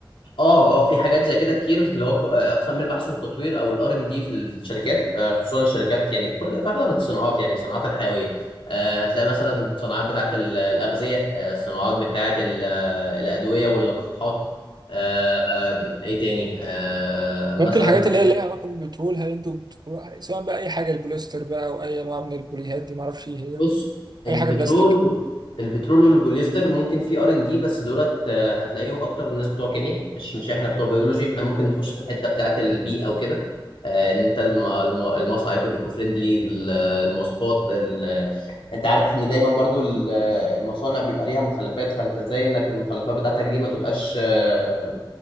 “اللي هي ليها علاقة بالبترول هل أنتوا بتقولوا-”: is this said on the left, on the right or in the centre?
Right